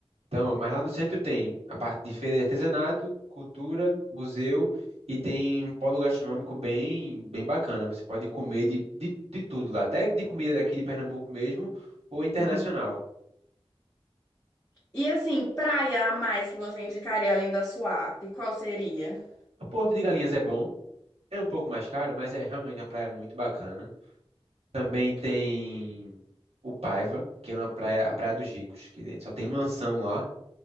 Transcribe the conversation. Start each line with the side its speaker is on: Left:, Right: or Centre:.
Right: então, mas lá no centro tem a parte de feira de artesanato, cultura, museu e tem um polo gastronômico bem, bem bacana. Você pode comer de, de, de tudo lá, até de comida daqui de Pernambuco mesmo ou internacional.
Left: Hum. E assim, praia a mais que você indicaria além da Suape, qual seria?
Right: O Porto de Galinhas é bom, é um pouco mais caro, mas é realmente uma praia muito bacana. Também tem o Paiva, que é uma praia, a Praia dos Ricos, que só tem mansão lá,